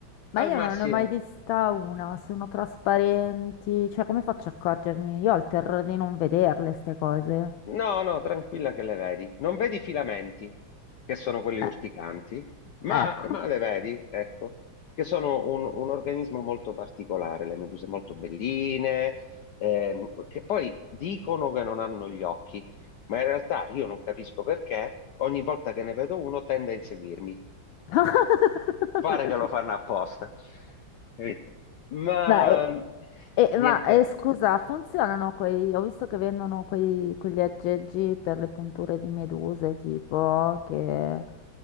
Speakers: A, on the left; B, on the left.
A: ma
B: Al
A: io
B: massimo,
A: non ne ho mai vista una, sono trasparenti, cioè come faccio a accorgermi? Io ho il terrore di non vederle, ste cose.
B: No, no, tranquilla che le vedi. Non vedi i filamenti, che sono quelli urticanti,
A: Eh,
B: ma,
A: ecco.
B: ma le vedi, ecco, che sono un, un organismo molto particolare, le meduse molto belline, ehm, che poi dicono che non hanno gli occhi, ma in realtà io non capisco perché ogni volta che ne vedo uno tende a inseguirmi.
A: <laughs>
B: Pare che lo fanno apposta. Capito? Ma
A: Ma, eh, eh,
B: niente,
A: ma, eh, scusa, funzionano quei... Ho visto che vendono quei- quegli aggeggi per le punture di meduse, tipo, che...